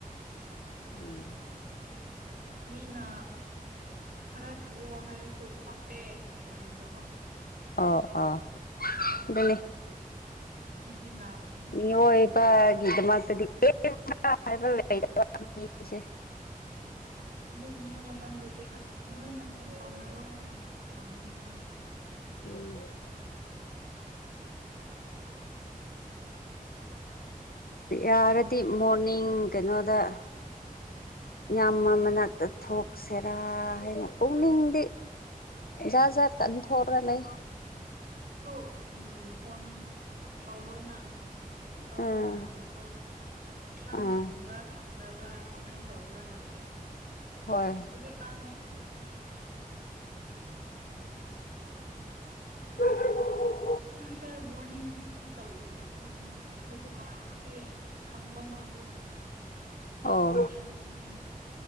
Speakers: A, on the left; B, on the right.
A: ꯎꯝ
B: ꯃꯤꯅꯥ ꯈꯔ ꯊꯣꯛꯨꯑꯣ ꯍꯥꯏꯔꯁꯨ ꯇꯞꯄꯦ ꯍꯥꯏꯕꯒꯨꯝꯕ
A: ꯑꯣ ꯑꯅꯤ
B: ꯀꯔꯤ ꯀꯔꯤꯅꯣ ꯑꯗꯨꯗꯤ ꯂꯥꯛꯄꯅꯦ
A: ꯉ ꯏꯕ
B: ꯑꯗꯨ
A: ꯤꯗ ꯃꯥꯥꯛꯇꯗꯤ ꯍꯥꯏꯕꯁꯦ
B: ꯑꯗꯨ ꯒꯨꯝꯕ ꯃꯇꯝꯗꯗꯤ ꯑꯁ ꯅꯣꯏꯃꯥꯁꯦꯟ ꯇꯧꯅꯔꯣ ꯍꯥꯏꯅ ꯊꯝꯅꯤꯡꯕꯅꯤ
A: ꯎꯝ ꯌꯥꯔꯗꯤ ꯃꯣꯔꯅꯤꯡ ꯀꯩꯅꯣꯗ ꯌꯥꯝꯃ ꯃꯅꯥꯛꯇ ꯊꯣꯛꯁꯦꯔꯥ ꯍꯥꯏꯅ ꯄꯨꯛꯅꯤꯡꯗꯤ ꯖꯠ ꯖꯥꯠ ꯇꯥ ꯑꯗꯨꯝ ꯊꯣꯛ ꯂꯩ
B: ꯍ ꯎꯝ ꯐꯣꯟ ꯇꯧꯔꯣꯅ ꯇꯧꯔꯒ
A: ꯎꯝ
B: ꯍꯪꯈꯔꯣ ꯅꯪ
A: ꯎꯝ
B: ꯁꯪꯕ꯭ꯔꯥ ꯁꯪꯗꯕ꯭ꯔꯥ ꯀꯃꯥꯏꯅ ꯇꯧ ꯕ꯭ꯔꯍꯦꯕꯗ
A: ꯍꯣꯏ
B: ꯍꯧꯖꯤꯛ ꯀꯥꯟ ꯑ
A: ꯍ
B: ꯍꯧꯖꯤ ꯀ ꯃꯣꯔꯅꯤꯡꯔꯤ ꯇꯥꯎ ꯎ ꯍꯧꯖꯤꯛ ꯗꯤ ꯁꯪꯕ ꯃꯥꯜꯂꯦ
A: ꯑꯣ
B: ꯑꯗꯨꯅꯤ